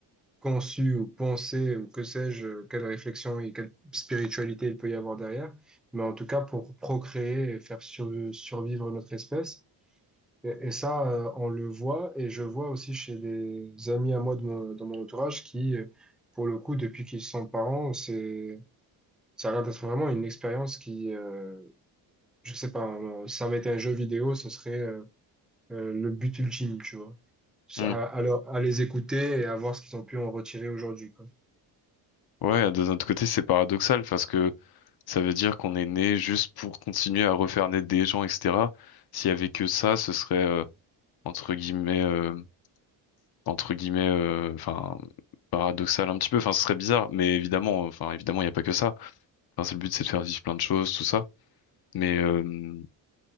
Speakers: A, in the centre; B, on the left (about 55°).
A: conçu ou pensé ou que sais-je, euh, quelle réflexion et quelle spiritualité il peut y avoir derrière. Mais en tout cas, pour procréer et faire surv- survivre notre espèce. Et, et ça, euh, on le voit, et je vois aussi chez des amis à moi de mon- dans mon entourage qui euh, pour le coup, depuis qu'ils sont parents, c'est Ça a l'air d'être vraiment une expérience qui, euh, je sais pas, euh, si ça avait été un jeu vidéo, ce serait euh, euh, le but ultime, tu vois.
B: Hmm.
A: À, à leur- à les écouter et à voir ce qu'ils ont pu en retirer aujourd'hui, quoi.
B: Ouais, de notre côté c'est paradoxal parce que ça veut dire qu'on est né juste pour continuer à refaire naître des gens etc. S'il y avait que ça, ce serait euh, entre guillemets euh, entre guillemets euh, enfin paradoxal un petit peu. Enfin ce serait bizarre, mais évidemment enfin évidemment il n'y a pas que ça. Enfin, c'est le but c'est de faire vivre plein de choses tout ça. Mais euh,